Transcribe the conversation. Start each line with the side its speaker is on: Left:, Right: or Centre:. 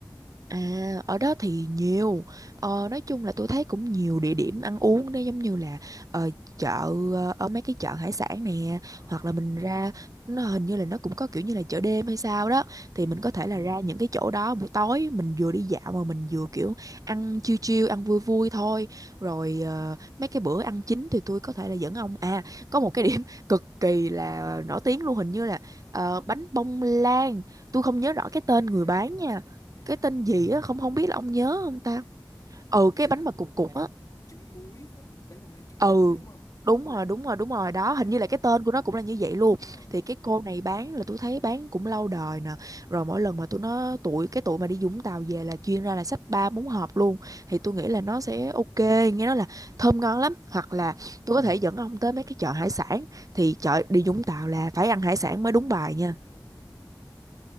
Right: À, ở đó thì nhiều. Ờ, nói chung là tôi thấy cũng nhiều địa điểm ăn uống đó giống như là ờ, chợ ờ, ở mấy cái chợ hải sản nè,
Left: ờ
Right: hoặc là mình ra nó hình như là nó cũng có kiểu như là chợ đêm hay sao đó
Left: ừ
Right: thì mình có thể là ra những cái chỗ đó buổi tối mình vừa đi dạo mà mình vừa kiểu ăn chill chill ăn vui vui thôi rồi ờ, mấy cái bữa ăn chính thì tôi có thể là dẫn ông à có một cái điểm <laughs> cực kỳ là nổi tiếng luôn hình như là
Left: ờ
Right: ờ, bánh bông lan tôi không nhớ rõ cái tên
Left: à
Right: người bán nha
Left: à
Right: cái tên gì á không
Left: bánh
Right: không biết là
Left: bông
Right: ông nhớ không
Left: lan
Right: ta
Left: bánh
Right: ừ
Left: bông
Right: cái
Left: lan
Right: bánh mà cục cục á
Left: trứng muối hả bánh bông lan trứng
Right: ừ
Left: muối đúng không
Right: đúng rồi đúng rồi đúng rồi đó hình
Left: à
Right: như là cái tên của nó cũng là như vậy luôn
Left: ờ
Right: thì cái cô này bán là tôi thấy bán cũng lâu đời nè rồi mỗi lần mà tôi nó tụi cái tụi mà đi Vũng Tàu về là chuyên ra là xách ba bốn hộp luôn thì
Left: ờ
Right: tôi nghĩ là nó sẽ ok nghe nói là thơm ngon lắm hoặc
Left: ừ
Right: là tôi có thể dẫn ông tới mấy cái chợ hải sản thì chợ đi Vũng Tàu là phải ăn hải sản mới
Left: đúng
Right: đúng bài nha
Left: đúng